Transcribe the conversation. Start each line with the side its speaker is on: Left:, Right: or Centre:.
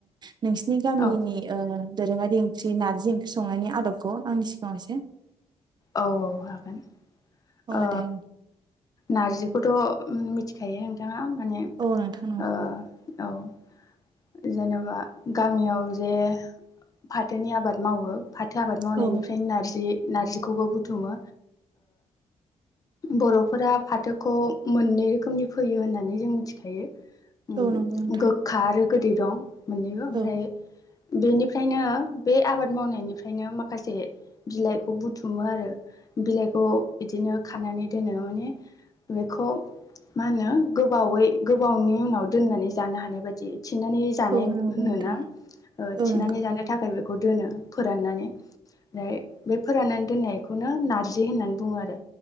Right: नोंसोरनि गामिनि
Left: औ
Right: ओ दोरोङारि ओंख्रि नारजि ओंख्रि संनायनि आदबखौ आंनि सिगाङाव एसे
Left: औ औ हागोन
Right: अ
Left: ओ
Right: दे
Left: नारजिखौथ' मिथिखायो नोंथाङा माने
Right: औ नोंथां नंगौ
Left: ओ औ जेनेबा गामियाव जे फाथोनि आबाद मावो फाथो आबाद मावनायनिफ्रायनो
Right: औ
Left: नारजि नारजिखौबो बुथुमो बर'फोरा फाथोखौ मोननै रोखोमनि फैयो होननानै जों मिथिखायो
Right: औ नंगौ नोंथां
Left: गोखा आरो गोदै दं मोननैबो ओमफ्राय
Right: औ
Left: बेनिफ्रायनो बे आबाद मावनायनिफ्रायनो माखासे बिलाइखौ बुथुम खुमो आरो बिलाइखौ बिदिनो खानानै दोनो माने बेखौ मा होनो गोबावै गोबावनि उनाव दोननानै जानो हानाय बायदि थिन्नानै जानाय
Right: औ नंगौ
Left: होनोना
Right: नोंथां औ
Left: थिनानै
Right: नंगौ
Left: जानो थाखायबो बेखौ दोनो फोराननानै ओमफ्राय बे फोराननानै दोननायखौनो नारजि होननानै बुङो आरो